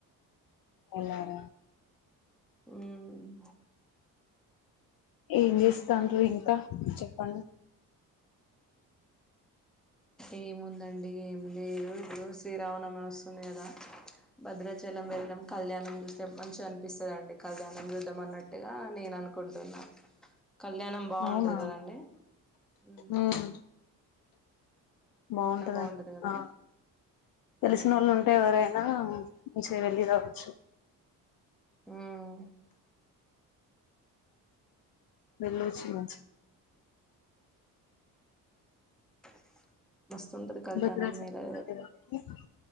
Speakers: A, on the left (about 55°); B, in the centre.
A: వెళ్ళారా
B: హుమ్
A: ఏం చేస్తాండ్రు ఇంకా చెప్పండి.
B: ఏముందండి ఏం లేదు ఇప్పుడు శ్రీరామ నవమి వస్తుంది కదా, భద్రాచలం వెళ్ళదాం కళ్యాణం చూస్తాం, మంచిగా అనిపిస్తదండి కళ్యాణం చూద్దాం అన్నట్టుగా నేను అనుకుంటున్నా, కళ్యాణం బాగుంటది
A: అవునా
B: కదండి, హుమ్
A: ఉమ్ బాగుంటదండి
B: బాగుంటది కదా
A: ఆ తెలిసిన
B: ఉమ్
A: వోళ్ళు ఉంటే ఎవరైనా, మంచిగా వెళ్ళి రావచ్చు,
B: ఉమ్
A: వెళ్లొచ్చు మంచిగా
B: <unintelligible> మస్తుంటది కళ్యాణం
A: భద్రాచలం
B: మీదా